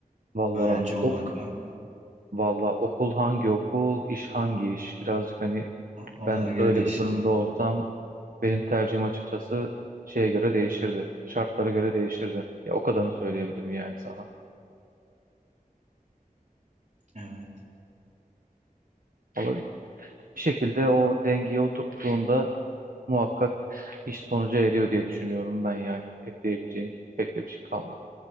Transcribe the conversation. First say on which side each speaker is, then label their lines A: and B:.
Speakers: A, on the right; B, on the right.
A: Valla
B: Öğrenci olmak
A: o-
B: mı?
A: valla okul hangi okul, iş hangi iş? Birazcık hani
B: Ona
A: ben
B: göre
A: öyle
B: değişir,
A: bir durumda
B: değil mi?
A: olsam benim tercihim açıkçası şeye göre değişirdi. Şartlara göre değişirdi. Ya o kadarını söyleyebilirim yani sana.
B: Evet.
A: Ama <laughs> bir şekilde o dengeye oturttuğunda muhakkak iş sonuca eriyor diye düşünüyorum ben yani. Ekleyebileceğim pek de bir şey kalmadı.